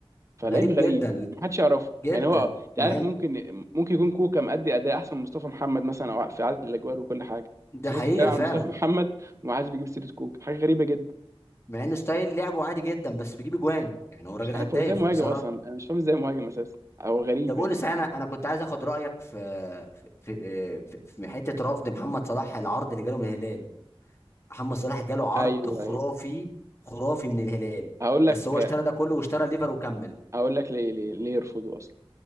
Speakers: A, on the right (about 30°); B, on the left (about 25°).
A: فلعيب
B: غريب
A: غريب
B: جدا
A: محدش يعرفه
B: جدا
A: يعني هو انت
B: مع
A: عارف
B: ان
A: ممكن ممكن يكون كوكا مأدي اداء احسن من مصطفى محمد مثلا او في عدد الاجوال وكل حاجه
B: ده
A: بس الناس
B: حقيقه
A: بتتكلم عن
B: فعلا
A: مصطفى محمد وما حدش بيجيب سيره كوكا حاجه غريبه جدا
B: مع ان ستايل لعبه عادي جدا بس بيجيب اجوان يعني هو راجل
A: مش عارف
B: هداف
A: هو ازاي مهاجم
B: بصراحه
A: اصلا انا مش فاهم ازاي مهاجم اساسا هو غريب
B: طب قول
A: يعني
B: لي صحيح انا انا كنت عايز اخد رايك في في في, في, في حته رفض محمد صلاح العرض اللي جاله من الهلال محمد صلاح جاله عرض
A: ايوه
B: خرافي
A: ايوه
B: خرافي من الهلال
A: هقول
B: بس
A: لك
B: هو اشترى ده كله واشترى الليفر وكمل
A: هقول لك ليه ليه ليه يرفضوا اصلا